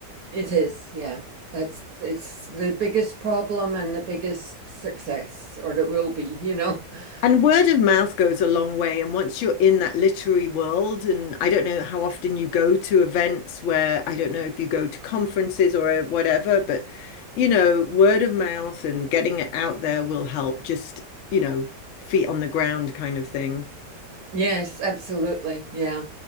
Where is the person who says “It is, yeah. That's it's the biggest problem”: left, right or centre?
Right